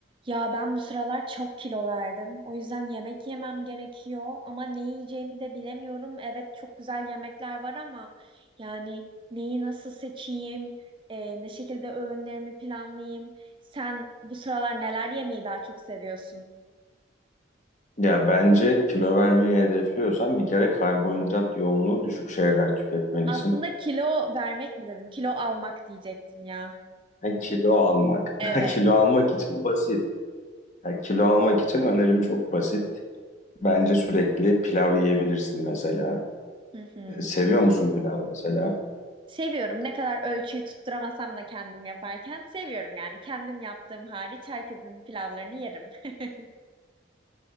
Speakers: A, on the right (about 25°); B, on the left (about 40°).
A: Ya ben bu sıralar çok kilo verdim. O yüzden yemek yemem gerekiyor ama ne yiyeceğimi de bilemiyorum. Evet çok güzel yemekler var ama yani neyi nasıl seçeyim, e, ne şekilde öğünlerimi planlayayım. Sen bu sıralar neler yemeyi daha çok seviyorsun?
B: Ya bence kilo vermeyi hedefliyorsan bir kere karbonhidrat yoğunluğu düşük şeyler tüketmelisin.
A: Aslında kilo vermek mi dedim? Kilo almak diyecektim ya.
B: Ha, kilo almak.
A: Evet.
B: <laughs> Kilo almak için basit. Ha, kilo almak için önerim çok basit. Bence sürekli pilav yiyebilirsin mesela.
A: Hı hı.
B: E, Seviyor musun pilav mesela?
A: Seviyorum. Ne kadar ölçüyü tutturamasam da kendim yaparken seviyorum yani. Kendim yaptığım hariç herkesin pilavlarını yerim. <laughs>